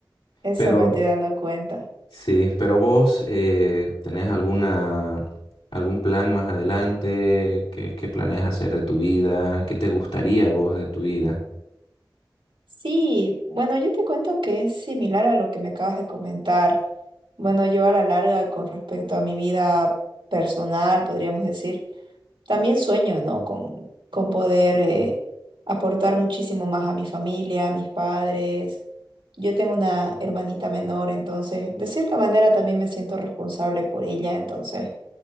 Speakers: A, on the right; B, on the left.
A: eso
B: Pero
A: me estoy dando cuenta.
B: sí, pero vos eh, tenés alguna, algún plan más adelante, qué, qué planeas hacer de tu vida, qué te gustaría vos de tu vida.
A: Sí, bueno, yo te cuento que es similar a lo que me acabas de comentar. Bueno, yo a la larga con respecto a mi vida personal, podríamos decir. También sueño, ¿no? Con, con poder eh, aportar muchísimo más a mi familia, a mis padres. Yo tengo una hermanita menor, entonces de cierta manera también me siento responsable por ella, entonces